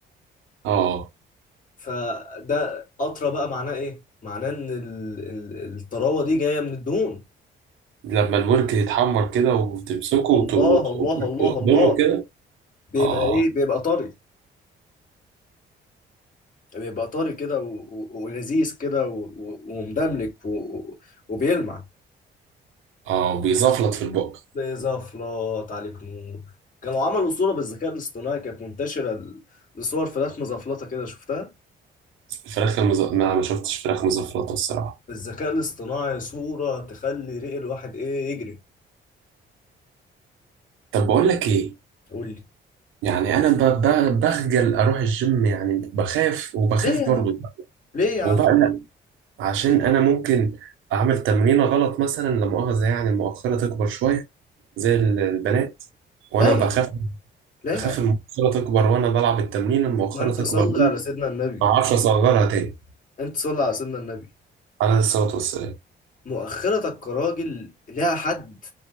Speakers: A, on the right; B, on the left.
A: اه
B: فده اطرى بقى معناه ايه معناه ان ال- ال- الطراوه دي جايه من الدهون
A: لما الورك يتحمر كده وتمسكه
B: الله
A: وت- وت-
B: الله
A: وتقدمه
B: الله الله
A: كده
B: بيبقى
A: اه
B: ايه بيبقى طري بيبقى طري كده و- و- ولذيذ كده و- و- ومدملك و- و- وبيلمع
A: اه بيزفلط في البق
B: بزفلات عليك نور كانوا عملوا صورة بالذكاء الاصطناعي كانت منتشرة ل- لصور فراخ مزفلطة كده شفتها
A: الفراخ المز... ما ما شفتش فراخ مزفلطه الصراحه
B: بالذكاء الاصطناعي صورة تخلي ريق الواحد ايه يجري
A: طب بقول لك ايه
B: قول لي
A: يعني انا ب- ب- بخجل اروح الجيم يعني بخاف وبخاف
B: ليه يا
A: برضه
B: عم ليه يا عم
A: وبقلق عشان انا ممكن اعمل تمرينه غلط مثلا لا مؤاخذه يعني المؤخره تكبر شويه زي ال- البنات وانا
B: لا
A: بخاف
B: يا عم، لا
A: اخاف
B: يا عم.
A: المؤخره تكبر وانا بلعب التمرين المؤخره
B: ما انت
A: تكبر
B: صلي
A: مني
B: على سيدنا النبي
A: ما اعرفش اصغرها تاني
B: انت صلي على سيدنا النبي
A: عليه الصلاه والسلام
B: مؤخرتك كراجل ليها حد